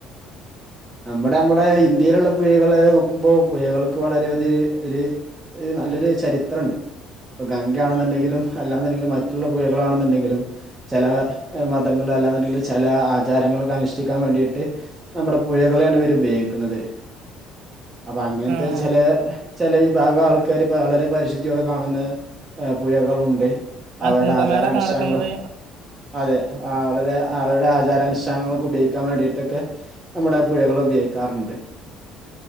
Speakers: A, on the right; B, on the right.
A: നമ്മുടെ നമ്മുടെ ഇന്ത്യയിലുള്ള പുഴകള് നോക്കുമ്പോ പുഴകൾക്ക് വളരെയധി ഒര് ഒരു നല്ലൊരു ചരിത്ര ഒണ്ട് ഇപ്പ ഗംഗയാണെന്നുണ്ടെങ്കിലും അല്ലാതേതെങ്കിലും മറ്റുള്ള പുഴകളാണെന്നുണ്ടെങ്കിലും ചെല മതങ്ങള് അല്ലാ <unintelligible> ചെല ആചാരങ്ങളൊക്കെ അനുഷ്ഠിക്കാൻ വേണ്ടിയിട്ട് നമ്മടെ പുഴകളെയാണ് ഇവര് ഉപയോഗിക്കുന്നത് അപ്പൊ അങ്ങനത്തെ
B: ആ ആ
A: ചേലെ ചെല വിഭാഗം ആൾക്കാര് വളരെ പരിശുദ്ധിയോടെ കാണുന്ന ഏ പുഴകളുണ്ട്
B: ആ
A: അവരുടെ
B: കുംഭമേള
A: ആചാരാനുഷ്ഠാനങ്ങള്
B: ഒക്കെ നടക്കുന്നത്
A: അതെ ആ വളരെ അവരുടെ ആചാരാനുഷ് ട്ടാനങ്ങളൊക്കെ ഉപയോഗിക്കാൻ വേണ്ടിയിട്ടൊക്കെ നമ്മുടെ പുഴകള് ഉപയോഗിക്കാറുണ്ട്